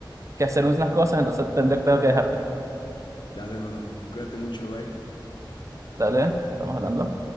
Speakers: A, on the right; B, on the left.
A: que hacer unas cosas, entonces tendré, tengo que dejarte.
B: Dale, hermano, cuídate mucho, bye.
A: Dale, estamos hablando.